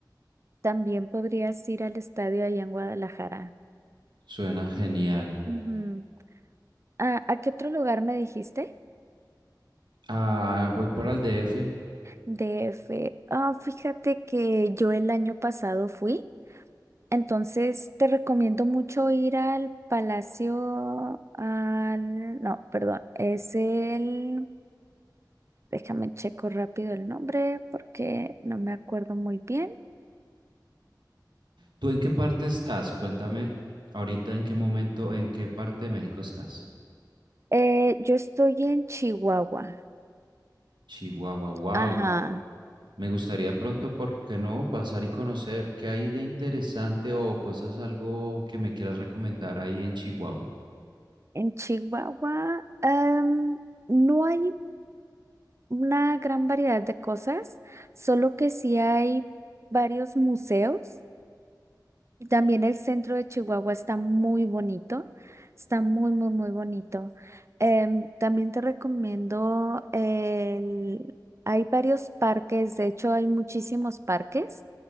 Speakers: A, on the right; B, on the right.
A: También podrías ir al estadio allá en Guadalajara.
B: Suena genial.
A: Ujú. Ah, ¿a qué otro lugar me dijiste?
B: Ah, voy para el DF.
A: D F Ah, fíjate que yo el año pasado fui. Entonces, te recomiendo mucho ir al Palacio, al, no, perdón, es el, déjame checo rápido el nombre porque no me acuerdo muy bien.
B: ¿Tú en qué parte estás? Cuéntame ahorita en qué momento, en qué parte de México estás.
A: Eh, yo estoy en Chihuahua,
B: Chihuahua, wow.
A: ajá,
B: Me gustaría de pronto, ¿por qué no? Pasar y conocer qué hay de interesante o cosas, algo que me quieras recomendar ahí en Chihuahua.
A: en Chihuahua, em, no hay una gran variedad de cosas, solo que sí hay varios museos. También el centro de Chihuahua está muy bonito, está muy, muy, muy bonito. Em, también te recomiendo el... Hay varios parques, de hecho hay muchísimos parques.